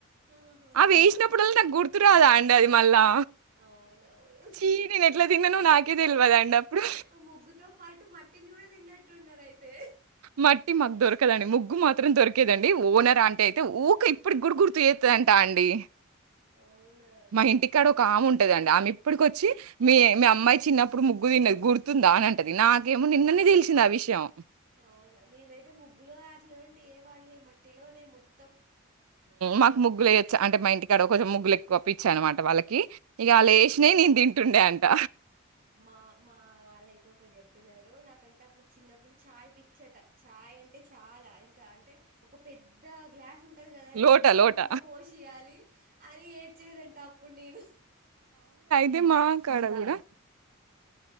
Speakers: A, on the right; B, on the right.
A: ఆహా
B: అ వేసినప్పుడల్ నాకు గుర్తురాదా అం అది మల్లా
A: అవునవును
B: చీ నేను ఎట్లా తిన్నాను నాకే తెల్వదండి అప్పుడు
A: ఆ ముగ్గుతో పాటు మట్టిని కూడా తిన్నట్టు ఉన్నారు అయితే
B: మట్టి మాకు దొరకదండి ముగ్గు మాత్రం దొరికేదండి ఓనరా ఆంటీ అయితే ఊక ఇప్పటికి కూడా గుర్తు చేస్తుందంటా అండి
A: అవునా
B: మా ఇంటికాడ ఒక ఆము ఉం ఉంటదండి ఆమె ఇప్పడికు వచ్చి మీ మీ అమ్మాయి చిన్నప్పుడు ముగ్గు తిన్నది గుర్తుందా అని అంటది నాకేమో నిన్ననే తెలిసింది ఆ విషయం
A: అవునా మేమైతే ముగ్గులు అట్లాంటివి ఏ ఆడల్ మట్టిలోనే మొత్తం
B: మాకు ముగ్గులు యేయొచ్చు అంటే మా ఇంటికకాడ కంచెం ముగ్గులులేక్కువ పిచ్చనామాట వాళ్ళకి ఇక వల్లేసినే
A: అవునా
B: నేను తింటుండే అంట
A: మా మా వాళ్ళయితే ఒకటి చె చెప్పినారు నాకంటే అప్పుడు చిన్నప్పుడు చాయ్ పిచ్చట చాయ్ అంటే చాలా ఇంకా అంటే ఒక పెద్ద గ్లాస్ అ ఉంటది గదండి
B: లోట
A: దానిండా
B: లోట.
A: పోషియ్యాలి అని ఏడ్చేదంట అప్పుడు నేను
B: అంటే మహం కడగడా